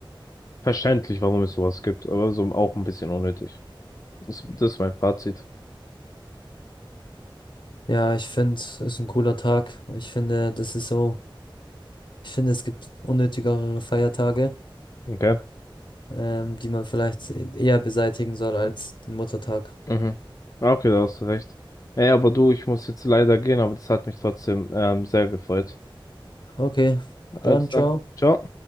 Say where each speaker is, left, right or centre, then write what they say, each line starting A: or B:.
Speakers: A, on the left; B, on the left.
A: verständlich, warum es sowas gibt, aber so auch ein bisschen unnötig. Das, das ist mein Fazit.
B: Ja, ich finde, es ist ein cooler Tag. Ich finde, das ist so, ich finde, es gibt unnötigere Feiertage,
A: Okay.
B: ähm, die man vielleicht e-, eher beseitigen soll als den Muttertag.
A: Mhm. Ah, Okay, da hast du recht. Ey, aber du, ich muss jetzt leider gehen, aber das hat mich trotzdem ähm, sehr gefreut.
B: Okay,
A: Also
B: dann ciao.
A: dann, ciao.